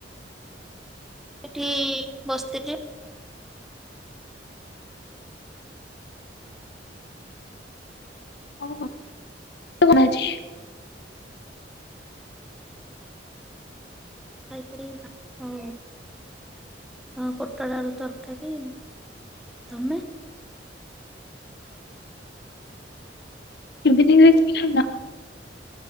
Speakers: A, in the centre; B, on the left.
A: ଏଠି ବସିଥିଲେ
B: ହ କଣ ଅଛି
A: ଖାଇ ଖ ହ ହ ପୋଟଳ ଆଳୁ ତରକାରୀ ତମେ
B: <unintelligible>